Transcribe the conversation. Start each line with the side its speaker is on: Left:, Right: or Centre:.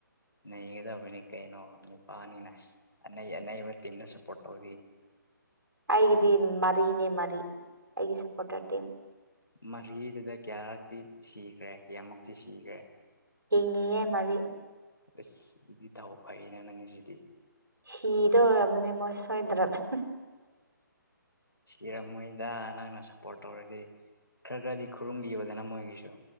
Left: ꯅꯒꯗꯕꯅꯤ ꯀꯩꯅꯣ ꯅꯨꯄꯥꯅꯤꯅ ꯑꯅꯩꯅꯕ ꯇꯤꯝꯅ ꯁꯄꯣꯣꯔ ꯇꯧ
Right: ꯑꯩꯒꯤꯗꯤ ꯃꯔꯤꯅꯦ ꯃꯔꯤ ꯑꯩꯒꯤ ꯁꯞꯄꯣꯔꯇꯔ ꯇꯤ
Left: ꯃꯍꯔꯤꯗꯨꯗ ꯀꯌꯥꯔꯛꯇꯤ ꯁꯤꯈ꯭ꯔꯦ ꯀꯌꯥꯃꯨꯛꯇꯤ ꯁꯤꯈ꯭ꯔꯦ
Right: ꯍꯤꯡꯉꯤꯑꯦ ꯃꯔꯤ
Left: ꯑꯁ ꯑꯗꯨꯗꯤ ꯊꯥꯎ ꯐꯩꯌꯦꯅ ꯅꯪꯁꯤꯗꯤ
Right: ꯁꯤꯗꯧꯔꯕꯅꯦ ꯃꯣꯏ ꯁꯣꯏꯗ꯭ꯔꯕꯅꯤ
Left: ꯁꯤꯔꯝꯃꯣꯏꯗ ꯅꯪꯅ ꯁꯞꯄꯣꯔꯠ ꯇꯧꯔꯗꯤ ꯈꯔ ꯈꯔꯗꯤ ꯈꯨꯔꯨꯝꯕꯤꯕꯗꯅ ꯃꯣꯏꯒꯤꯁꯨ